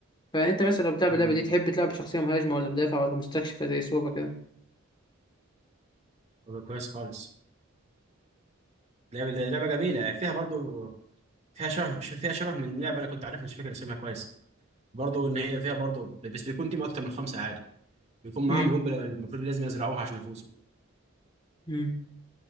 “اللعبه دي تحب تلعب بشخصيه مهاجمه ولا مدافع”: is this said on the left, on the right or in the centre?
Left